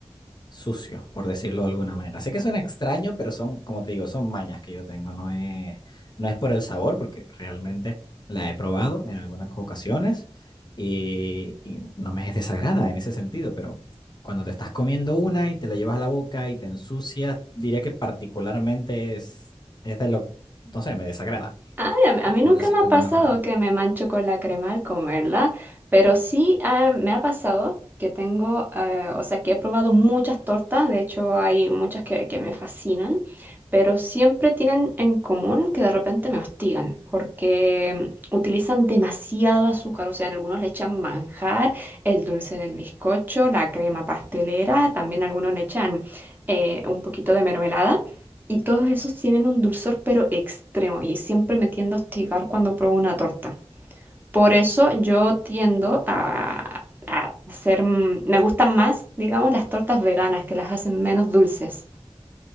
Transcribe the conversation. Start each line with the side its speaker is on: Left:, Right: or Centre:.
Left: sucio, por decirlo de alguna manera. Sé que suena extraño, pero son, como te digo, son mañas que yo tengo. No es, no es por el sabor, porque realmente la he probado en algunas ocasiones y, y no me es desagrada en ese sentido, pero cuando te estás comiendo una y te la llevas a la boca y te ensucias, diría que particularmente es, es de lo, no sé, me desagrada
Right: Ay, a mí a mí
Left: por
Right: nunca
Left: decirlo
Right: me ha
Left: de alguna
Right: pasado
Left: forma.
Right: que me mancho con la crema al comerla, pero sí ah, me ha pasado que tengo, eh, o sea, que he probado muchas tortas, de hecho hay muchas que, que me fascinan, pero siempre tienen en común que de repente me hostigan porque utilizan demasiado azúcar, o sea, en algunos le echan manjar, el dulce del bizcocho, la crema pastelera, también algunos le echan eh, un poquito de mermelada. Y todos esos tienen un dulzor pero extremo y siempre me tiendo a hostigar cuando pruebo una torta. Por eso yo tiendo a, a hacer, mm, me gustan más, digamos, las tortas veganas que las hacen menos dulces.